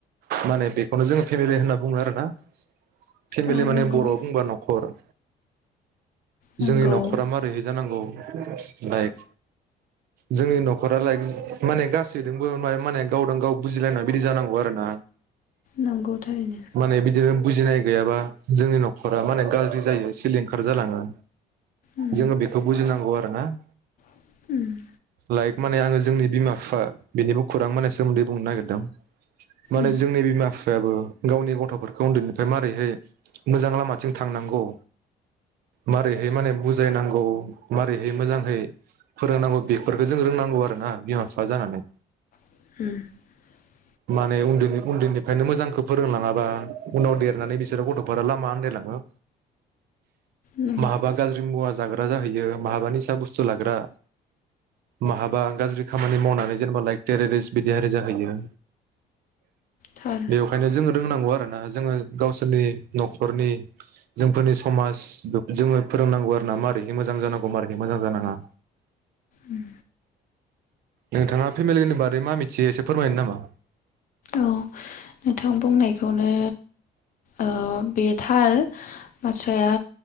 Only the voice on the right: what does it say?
माने बेखौनो जोङो फेमिलि होनना बुङो आरोना फेमिलि
माने
बर'आव बुंबा नखर
जोंनि नखरा मारैहाय जानांगौ लाइक जोंनि नखरा लायक माने गासैजोंबो माने माने गावदों-गाव बुजिलायनाय बिदि जानांगौ आरो ना
माने बिदिनो बुजिनाय गैयाबा जोंनि नखरा माने गाज्रि जायो सिलिंखार जालाङो।
जोङो बेखौ बुजिनांगौ आरो ना <inaudible>
लाइक माने आङो जोंनि बिमा-बिफा बिनिबो खुरां माने सोमोन्दै बुंनो नागिरदों माने
जोंनि बिमा-बिफायाबो गावनि गथ'फोरखौ उन्दैनिफ्राय मारैहाय मोजां लामाथिं थांनांगौ मारैहाय माने बुजायनांगौ मारैहाय मोजांहै फोरोंनांगौ बेफोरखौ जों रोंनांगौ आरो ना बिमा-बिफा जानानै
माने उन्दैनि-उन्दैनिफ्रायनो मोजांखौ फोरोंलाङाबा उनाव देरनानै बिसोरो गथ'फोरा लामा आन्दायलाङो
माहाबा गाज्रि मुवा ज जाग्रा जाहैयो माहाबानि सायाव बुस्थु लाग्रा माहाबा गाज्रि खामानि मावनानै जेनेबा लाइक टेरेरिस्ट बिदिहारि जाहैयो
बेवखायनो जोंङो रोंनांगौ आरो ना जोङो गावसोरनि नखरनि जोंफोरनि समाज बेखौ जोङो फोरोंनांगौ आरो ना मारैहाय मोजां जानांगौ मारैहाय मोजां जानाङा
नोंथाङा फेमिलिनि बारै मा मिथियो एसे फोरमायनो नामा??